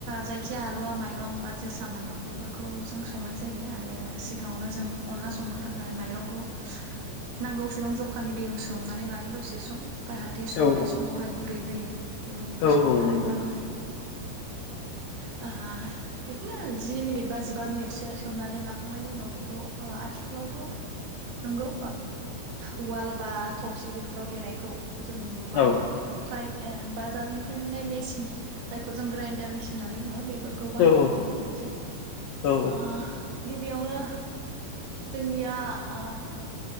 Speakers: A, on the right; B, on the left.
A: जायखिजाया हालुवा माइरं बा जोसा माइरं बेफोरखौ जों संनाय जायो आरो सिगाङावनो जों अनला संनो थाखाय माइरंखौ नांगौसेबां जखानि दैयाव सोमनानै लायो दसे सम जाहाथे संनाय
B: औ
A: समावहाय गुरै जायो बेबायदिनो
B: औ
A: सोमना
B: औ नंगौ
A: लाखांनानै <inaudible> ओ बिदिनो जि मिनिट बा जिबा मिनिटसो सोमनानै लाखांनायनि उनाव बेखौ ओ आथिखालावथ' नंगौ उवाल बा थफसि बेफोराव देनायखौ जों नुबांलिया
B: औ
A: फ्राय ए बाजारनिफ्राय मोनाय मेसिन जायखौ जों ग्राइडार मेसिन होननानै बुङो बे फोरखौ बाहायनायखौ
B: औ
A: नुनो मोनसै
B: औ
A: ओ गिबियावनो जोंनिया ओ